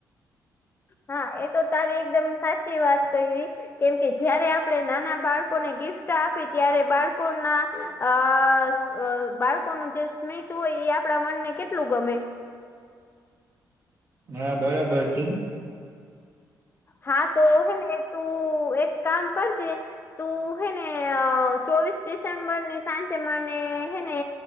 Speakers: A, on the left; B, on the right.
A: હા એ તો તારી એકદમ સાચી વાત કઈ. કેમકે જયારે આપણે નાના બાળકોને ગિફ્ટ આપી ત્યારે બાળકોના અ અ બાળકોનું જે સ્મિત હોય એ આપડા મનને કેટલું ગમે.
B: હા બરાબર છે.
A: હા તો હેને તું એક કામ કરજે. તું હે ને ચોવીસ ડિસેમ્બર ની સાંજે મને હેને